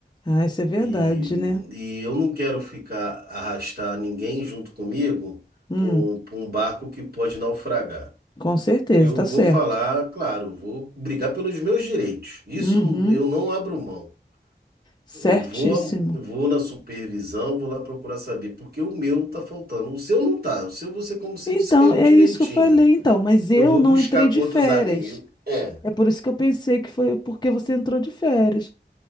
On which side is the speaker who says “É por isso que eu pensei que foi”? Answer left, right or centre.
Left